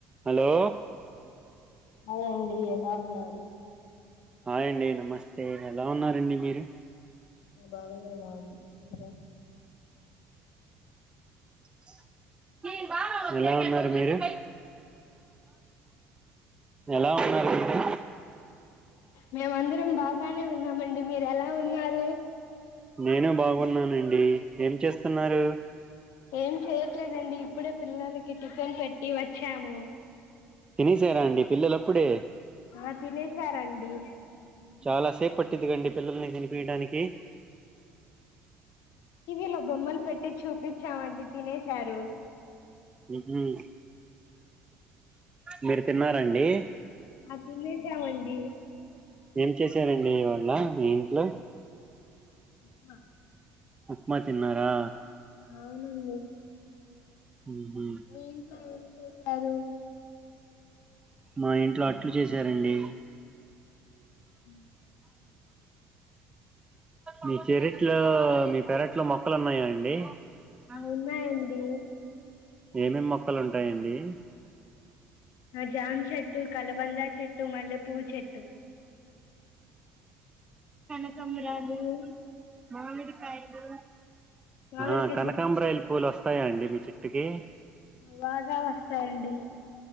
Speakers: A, on the right; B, on the left.
A: హలో
B: హాయ్ అండీ ఎలా ఉన్నారు,
A: హాయ్ అండీ నమస్తే ఎలా ఉన్నారండి మీరు
B: నేను బాగానే <unintelligible>
A: <unintelligible> ఎలా ఉన్నారు మీరు ఎలా ఉన్నారు మీరు
B: మేము అందరం బాగానే ఉన్నామండి మీరు ఎలా ఉన్నారు,
A: నేను బాగున్నానండి ఏం చేస్తున్నారు,
B: ఏం చెయట్లేదండి ఇప్పుడే పిల్లలకి టిఫిన్ పెట్టి వచ్చాము,
A: తినసారా అండి పిల్లలప్పుడే,
B: ఆ తినేసారండి,
A: చాలా సేపు పట్టిద్దికండి పిల్లల్ని తినిపియడానికి,
B: టివిలో బొమ్మలు పెట్టి చూపించామండి తినేశారు,
A: ఇజీ మీరు తిన్నారండి,
B: ఆ తినేశామండి,
A: ఏం చేసారండి ఇవాళ మీ ఇంట్లో,
B: ఉప్మా
A: ఉప్మా తిన్నారా
B: అవునండి,
A: ఉహు
B: మీ ఇంట్లో ఏం చేసారు.
A: మా ఇంట్లో అట్లు చేసారండి,
B: ఉ
A: మీ చెరట్లో మీ పెరట్లో మొక మొక్కలు ఉన్నాయా అండి, ఆ ఉన్నాయి
B: ఉన్నాయండి
A: అండీ ఏమేమి మొక్కలు ఉంటాయండి.
B: జామా చెట్టు, కలబందా చెట్టు, మల్లె పువ్వు చెట్టు,
A: కనకాంబరాలు,
B: కనకంబరాలు
A: మామిడికాయలు
B: మామిడికాయ
A: ఆ కనకాంబ్రాయిలు
B: చెట్టు
A: పువ్వులు వస్తాయా అండి మీ చెట్టుకి,
B: బాగా వస్తాయండి,